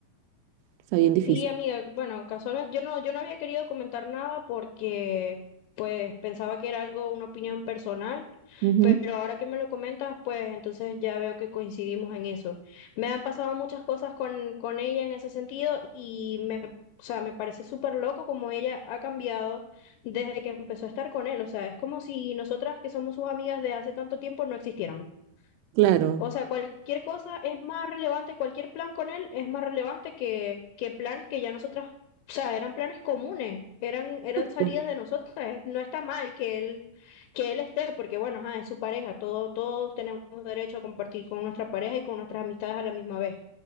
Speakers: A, on the right; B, on the left.
A: Está bien difícil.
B: Sí, amiga, bueno, casualmente yo no, yo no había querido comentar nada porque pues pensaba que era algo, una opinión personal,
A: Ujú,
B: pero ahora que me lo comentas, pues entonces ya veo que coincidimos en eso. Me han pasado muchas cosas con, con ella en ese sentido y me, o sea, me parece súper loco como ella ha cambiado desde que empezó a estar con él. O sea, es como si nosotras que somos sus amigas de hace tanto tiempo no existiéramos.
A: Claro.
B: O sea, cualquier cosa es más relevante, cualquier plan con él es más relevante que, que planes que ya nosotras, o sea, eran planes comunes, eran, eran
A: Exacto,
B: salidas de nosotras. No está mal que él, que él esté, porque bueno, ajá, es su pareja, todo, todos tenemos derecho a compartir con nuestra pareja y con nuestras amistades a la misma vez.